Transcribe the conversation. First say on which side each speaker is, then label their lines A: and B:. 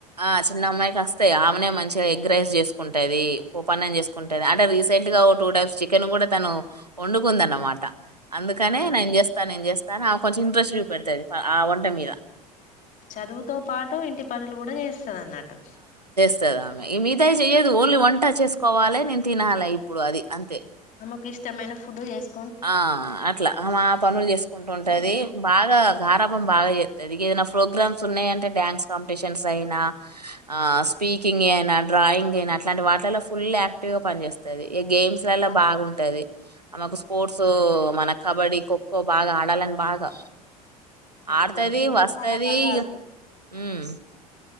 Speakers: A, on the right; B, on the left.
A: ఆ చిన్నమ్మాయికి అస్తయి ఆమెనే మంచిగ ఎగ్ రైస్ చేసుకుంటదీ పోపన్నం చేసుకుంటది అంటే రీసెంట్ గా ఓ టూ టైమ్స్ చికెన్ గూడ తనూ వండుకుందన్నమాట అందుకనే
B: ఆ
A: నేన్ చేస్తా నేన్ చేస్త్ కానీ ఆమె కొంచెం ఇంట్రెస్ట్ చూపెడతది ప ఆ వంట మీద
B: చదువుతో పాటు ఇంటి పనులు గూడ చేస్త తది అన్నట్టు
A: స్తదామె ఇగ మిగతాయి చెయ్యదు ఓన్లీ వంట చేసుకోవాలే నేను తినాలె ఇప్పుడు అది అంతే
B: కు ఇష్టమైన ఫుడ్ చేస్
A: ఆ అట్లా ఆమె ఆప్ పనులు చేసుకుంట ఉంటదీ బాగా గారాభం బాగా చేస్తది ఇగ ఏదనా ప్రోగ్రామ్స్ ఉన్నయంటే డ్యాన్స్ కాంపిటీషన్స్ అయినా ఆ స్పీకింగీ అయినా డ్రాయింగీ అయినా అట్లాంటి వాటిలల్లో ఫుల్ యాక్టివ్ గా పనిచేస్తది ఈ గేమ్స్ లల్లా
B: డ్రా
A: బాగుంటది ఆమెకు స్ స్పోర్ట్స్ ఊ మన కబడ్డీ ఖోఖో బాగా ఆడాలని బాగా
B: ఆ
A: ఆడతదీ
B: గేమ్స్ కూడా
A: వస్తదీ
B: చాలా బాగా
A: ఇగ
B: ఆడుతుంది
A: ఉమ్